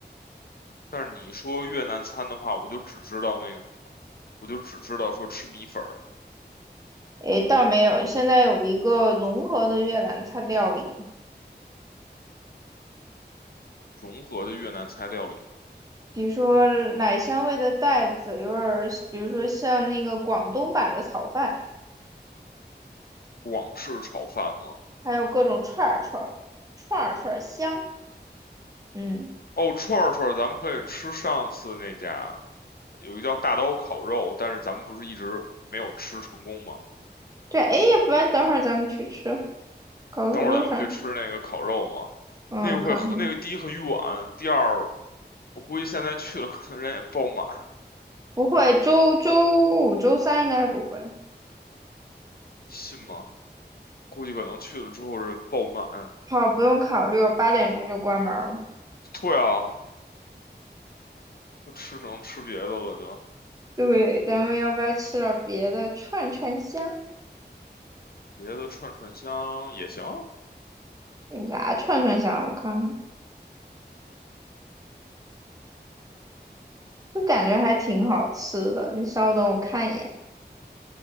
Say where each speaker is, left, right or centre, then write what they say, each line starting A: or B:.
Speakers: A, on the left; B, on the right.
A: 但是你说越南餐的话，我就只知道那个什么，我就只知道说吃米粉儿，
B: 诶，倒没有，现在有一个融合的越南菜料理。
A: 融合的越南菜料理，
B: 比如说奶香味的袋子，有点儿，比如说像那个广东版的炒饭，
A: 广式炒饭嘛。
B: 还有各种串儿串儿，串儿串儿香。嗯，
A: 哦，串儿串儿，咱们可以吃上次那家有一个叫大刀烤肉，但是咱们不是一直没有吃成功吗？
B: 对，哎，要不然等会儿咱们去吃，搞得我都想，
A: 等会儿咱们去吃那个烤肉嘛，
B: 嗯，
A: 那个会和那个第一很远，
B: 我看看，
A: 第二我估计现在去了可能人也爆满，
B: 不会，周周五、周三应该不会。
A: 信吗？估计可能去了之后人爆满。
B: 好，不用考虑，我八点钟就关门了。
A: 对啊，就吃只能吃别的了就，
B: 对，咱们要不要吃点别的串串香？
A: 别的串串香也行。
B: 有啥串串香？我看看，就感觉还挺好吃的。你稍等，我看一眼。